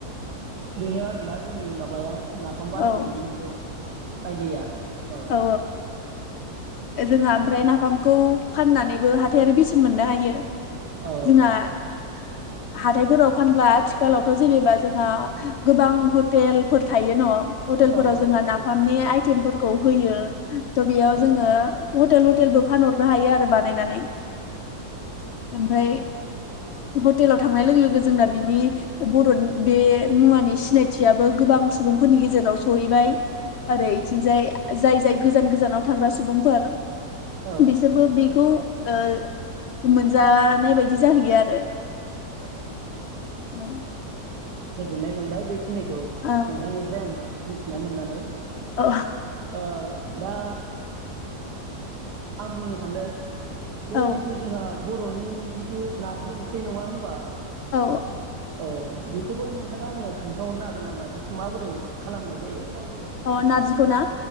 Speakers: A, on the right; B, on the left.
A: बेनो आरोना जोंनि माबाया नाफाम बानायनायनि
B: औ ओं
A: मोनसे आइदिया ओ
B: औ जोंहा ओमफ्राय नाफामखौ फाननानैबो हाथायारि बेसेन मोननो हायो।
A: औ
B: जोंहा हाथायफोराव फानब्ला आथिखालावथ' जेनेबा जोंहा गोबां हटेलफोर थायो न हटेलफोराव
A: औ औ
B: जोंहा नाफामनि
A: थायो
B: आइटेमफोर खौ होयो त बेयाव
A: औ
B: जोङो हटेल ह टेलबो फानहरनो हायो आरो बानायनानै। ओमफ्राय हटेलाव थांनाय लोगो-लोगो जोंना बिनि बर' बे मुवानि सिनायथियाबो गोबां सुबुं फोरनि गेजेराव सहैबाय आरो बिथिंजाय जाय जाय गोजान गोजानाव थाग्रा सुबुंफोर
A: औ
B: बिसोरबो बेखौ ओ मोनजानाय बायदि जाहैयो आरो।
A: औ।
B: औ
A: गोजोनाय मोनबाय बे खिनिखौ
B: औ
A: नोंथांनिफ्राय आं मिथिना मोननानै।
B: औ
A: ओ दा आं बुंनो सानदों। बे
B: औ
A: जिथु जोंहा बर'नि जिथु नारजि ओंख्रि नङा होनबा।
B: औ
A: <inaudible> औ बेखौबो नोंथाङा आंनो खोन्थाहरनो हागोन नामा जिथु माबोरै खालामनाय जायो।
B: अ नारजिखौ ना